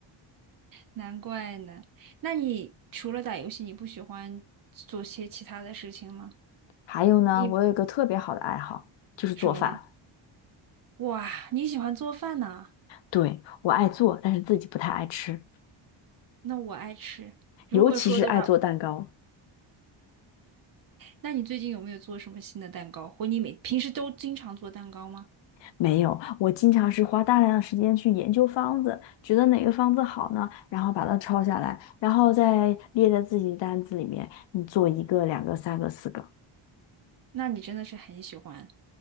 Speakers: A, on the right (about 45°); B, on the left (about 65°).
A: 难怪呢。那你除了打游戏，你不喜欢做些其他的事情吗？
B: 还有呢，
A: 你
B: 我有一个特别好的爱好，就是做饭。
A: 什么呢？哇，你喜欢做饭呢？
B: 对，我爱做，但是自己不太爱吃，
A: 那我爱吃。如果说的话，
B: 尤其是爱做蛋糕。
A: 那你最近有没有做什么新的蛋糕？或你每平时都经常做蛋糕吗？
B: 没有，我经常是花大量的时间去研究方子，觉得哪个方子好呢，然后把它抄下来，然后再列在自己的单子里面，你做一个、两个、三个、四个。
A: 那你真的是很喜欢